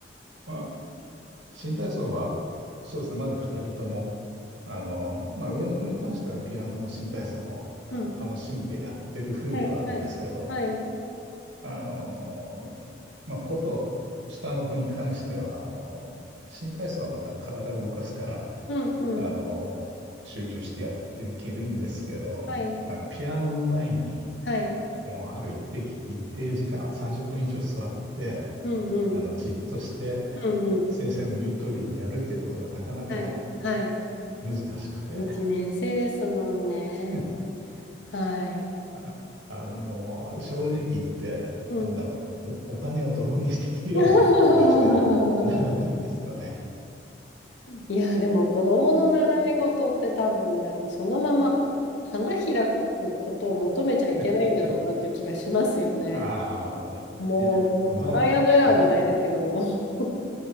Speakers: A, on the right; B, on the left.
A: まあ、新体操は、そうですね、まだ二人とも、あの、まあ、上の子に関してはピアノも新体操も、あの、
B: うん。
A: 楽しんでやってる風ではあるんですけど、
B: はい、はい、はい。
A: あの、まあ、子と下の子に関しては、あの、新体操はまだ体を動かすから、
B: うん、うん。
A: あの、集中してやっていけるんですけど、
B: はい、
A: まあ、ピアノの前に、
B: はい。
A: もうある一定、一定時間、30分以上座って、
B: うん、うん。
A: あの、じっとして
B: うん、うん。
A: 先生の言う通りにやるっていうことがなかなか
B: はい、はい。
A: 難しくて、
B: 一年生ですもんね。
A: <laughs>
B: はい。
A: あ、あの、もう正直言って、
B: うん。
A: なんだろう、お、お金をドブに捨ててるような気がして
B: <laughs>
A: <laughs> ならないんですよね。
B: いや、でも子供の習い事って多分なんかそのまま花開くことを求めちゃいけないんだろうなという気がしますよね。
A: <laughs> ああ、
B: もう、
A: いや、まあね、
B: トライアンドエラーじゃないですけど。<laughs>